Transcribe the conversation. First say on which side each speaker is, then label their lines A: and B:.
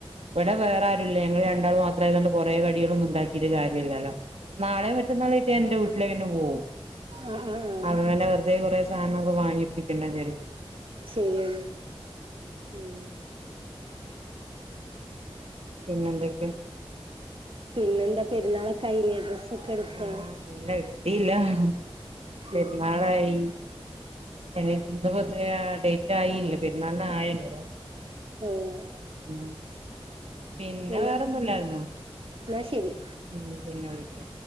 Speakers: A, on the right; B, on the right.
A: വടെ വേറാരുല്യ ഞങ്ങള് രണ്ടാളു മാത്രായതോണ്ട് കൊറെ കടിളൊന്നും ണ്ടാക്കി ക്കിറ്റ് കാര്യല്യലോ നാളെ മറ്റന്നാളായ്റ്റ് എന്റെ വീട്ട്ലേന്നോം പോവും
B: ആഹ് ആഹ് ആഹ്
A: അങ്ങനെ വെറ്തെ കൊറെേ സാനങ്ങള് വാങ്ങിപ്പിക്കണ്ടാന്ന് കര്
B: ശരിയാണ് ഉം
A: പിന്നെന്തൊക്കെ.
B: പിന്നെന്താ പെരുന്നാളെക്കായീലെ ഡ്രസ്സൊക്കെടുത്തോ?
A: ആഹ് ഇല്ല എട്ത്തീല്ല ഹ്ം പെരുന്നാളായി.
B: ഉം
A: <unintelligible> ഡേറ്റ് ആയില്ലാ പെര്ന്നാളിന് ആയല്ലോ.
B: ആഹ്.
A: മ്ം. പിന്നെ
B: എന്നാ
A: വേറൊന്നുല്ലായിരുന്നു,
B: എന്നാ ശരി
A: ഉം പിന്നെ വിളിക്കാ.